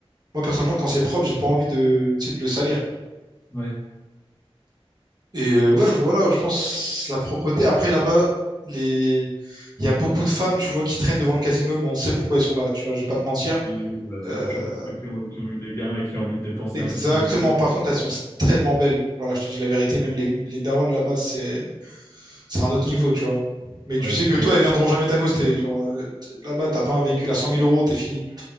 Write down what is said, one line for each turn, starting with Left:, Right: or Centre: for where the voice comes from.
Right: moi, personnellement, quand c'est propre, j'ai pas envie de, tu sais, de le salir.
Left: ouais.
Right: Et euh, ouais, voilà, je pense la propreté. Après, là-bas, les... il y a beaucoup de femmes, tu vois, qui traînent devant le casino, mais on sait pourquoi elles sont là, tu vois, je vais pas te mentir.
Left: Oui, oui, bah, c'est
Right: Euh,
Left: pour choper ceux qui ont, qui ont eu des gains et qui ont envie de dépenser
Right: Exactement.
Left: un peu ce qu'ils ont gagné.
Right: Par contre, elles sont tellement belles. Voilà, je te dis la vérité. Même les, les daronnes là-bas, c'est c'est un autre niveau, tu vois. Mais tu
Left: Ouais, il
Right: sais
Left: faut pas
Right: que toi,
Left: y aller.
Right: elles viendront jamais t'accoster. Genre, euh, t- là-bas, t'as pas un véhicule à 100 000 euros, t'es fini.